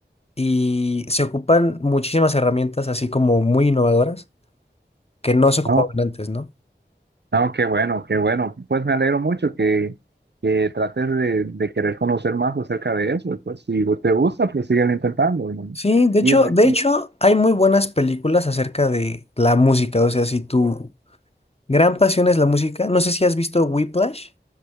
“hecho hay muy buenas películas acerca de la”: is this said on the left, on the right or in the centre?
Left